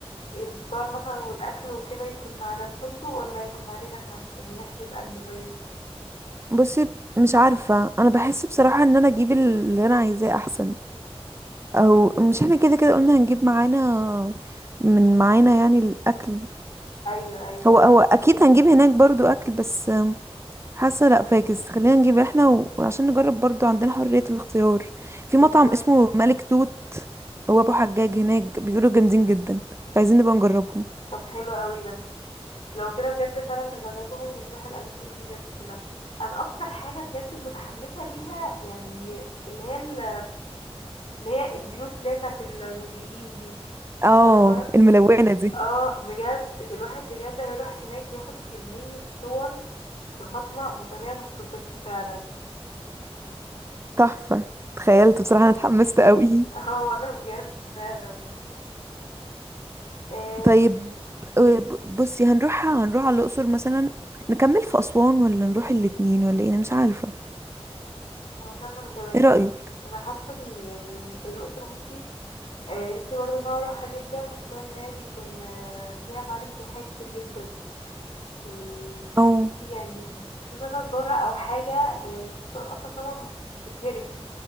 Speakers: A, on the left; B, on the right.
A: الفطار مثلا والاكل وكده يكون على الفندق ولا يكون علينا احنا يعني نحجز انهي طيب
B: بصي مش عارفة انا بحس بصراحة ان انا اجيب اللي انا عايزاه احسن او
A: مم.
B: مش احنا كده كده قلنا هنجيب معانا من معانا يعني الاكل
A: ايوه ايوه
B: هو هو اكيد هنجيب هناك برضو اكل بس حاسه لا فاكس خلينا نجيب احنا و... وعشان نجرب برضو عندنا حريه الاختيار في
A: بالظبط
B: مطعم اسمه ملك توت هو ابو حجاج هناك بيقولوا جامدين جدا فعايزين نبقى نجربهم
A: طب حلو قوي ده لو كده بجد فعلا نجربهم ونروح الاماكن دي بجد كلها انا اكتر حاجه بجد متحمسه ليها يعني اللي هي ال- اللي هي البيوت اللي هي بتاعت النوبيين دي
B: اه
A: فاهمه
B: الملونه دي
A: اه بجد الواحد بجد هيروح هناك ياخد كمية صور يا فاطمة بطريقة ما تتوصفش فعلا
B: <laughs> تحفه تخيلت بصراحه انا اتحمست قوي
A: <laughs> اه وانا بجد فعلا آه
B: طيب آه، ب- بصي هنروح هنروح على الاقصر مثلا نكمل في اسوان ولا نروح الاتنين ولا ايه انا مش عارفه
A: انا مش عارفة انا كمان
B: ايه رايك
A: انا حاسة ان يعني الأقصر بصي آه نفسي برضه ان انا اروحها جدا خصوصا ان هي بيكون آه فيها معالم سياحية كتير جدا وبصي
B: اه
A: يعني بتشوف مثلا صورها او حاجة يعني صور اصلا طبعا بتبهرك